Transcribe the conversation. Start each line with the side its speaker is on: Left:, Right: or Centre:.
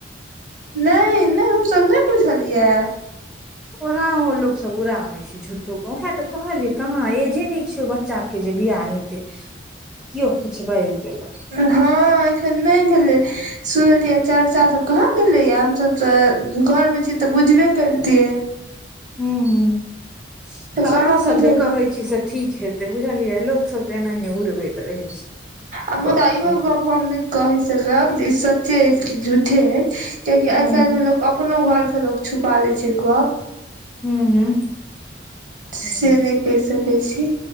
Right: नहि, नहि हमस नहिञ बुझलिय।
Centre: ओनाहो लोकसभ उड़ा दै छै झूट्ठोे क, ओएह तऽ कहलियै, कहाँ एजे नहि छै ओ बच्च चाक, जे बियाह हेते, क्यों किछ बाजि देलक।
Right: हँ एखन नहि भेलै। सुनलियै चर्चा सब कहाँ भेलै य, हमसभ तऽ घरमे छीयै तऽ बुझबे करितियै।
Centre: ह -ह तऽ
Right: कहाँ
Centre: अहीं सब
Right: बुझल
Centre: जे कहै छी से ठीक हेतै, बुझलियै लोकसभ तेनाहीये उरबैत रहै छै,
Right: आ मुदा
Centre: गप
Right: इहो
Centre: के।
Right: गप हम ने कहि सकब, जे ई सच्चे अछि कि झूठे अछि, किआकि आइ
Centre: हूँ
Right: -काल्हि में लोग अप अपनो घर से लोक छुपा ले छै गप।
Centre: हू- हू-
Right: से
Centre: हँ।
Right: नहि कहि सकैत छी।